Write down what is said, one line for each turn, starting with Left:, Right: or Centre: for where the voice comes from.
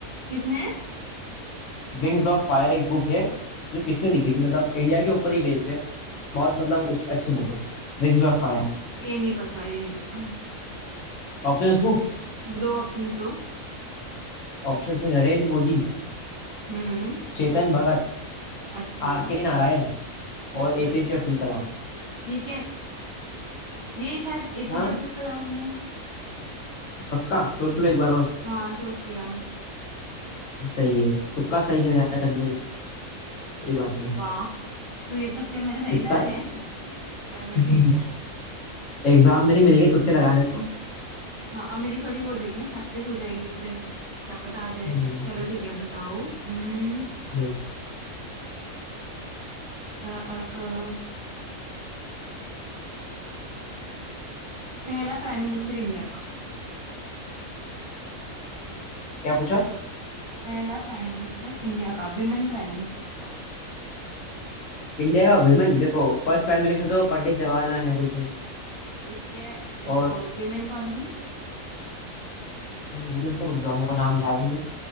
Right: किसने
Left: विंग्स ऑफ फायर एक बुक है जो किसने लिखी थी मतलब इंडिया के ऊपर ही बेस्ड है बहुत मतलब उस अच्छी बुक है wings of fire
Right: ये नहीं पता ये नहीं पता
Left: Options
Right: दो ऑप्शन दो
Left: option है नरेंद्र मोदी
Right: हम्म
Left: चेतन भगत
Right: अच्छा
Left: आर के नारायण
Right: अच्छा
Left: और एपीजे अब्दुल कलाम
Right: ये क्या ये शायद एपीजे
Left: हाँ
Right: अब्दुल कलाम ने
Left: पक्का सोच लो एक बार और
Right: हाँ सोच लिया
Left: सही है तुक्का सही नहीं आता कभी कभी कोई बात नहीं
Right: वाह सो ये तो क्या मेरे सही
Left: तुक्का
Right: जा रहे हैं चलो
Left: <laughs>
Right: ठीक है
Left: एग्जाम में नहीं मिलेंगे तुक्के लगाने को
Right: हाँ अब मेरी थोड़ी वो हो जाएगी ना प्रैक्टिस हो जाएगी इससे क्या पता आ जाए
Left: हम्म,
Right: चलो ठीक है अब बताओ हम्म
Left: हम्म।
Right: अ, अ, अ, पहला प्राइम मिनिस्टर इंडिया का
Left: क्या पूछा
Right: पहला प्राइम मिनिस्टर इंडिया का विमेन प्राइम मिनिस्टर बताओ
Left: इंडिया का वुमेन देखो फर्स्ट प्राइम मिनिस्टर तो पंडित जवाहरलाल नेहरू थे
Right: और इंडिया ए, वो
Left: और
Right: विमेन कौन थी
Left: वुमेन का रुक जाओ हम लोग का नाम याद है